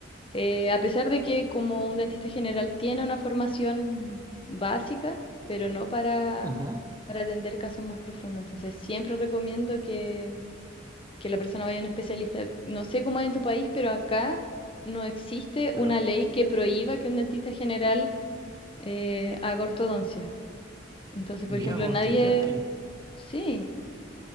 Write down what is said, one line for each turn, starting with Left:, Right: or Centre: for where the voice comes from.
Left: Eh, a pesar de que como un dentista general tiene una formación básica, pero no para,
Right: Ujú.
Left: para atender casos más profundos, entonces siempre recomiendo que, que la persona vaya a un especialista. No sé cómo es en tu país, pero acá no existe una
Right: Ajá.
Left: ley que prohíba que un dentista general eh, haga ortodoncia. Entonces, por
Right: Mirá
Left: ejemplo,
Right: vos,
Left: nadie...
Right: tendría que
Left: Sí.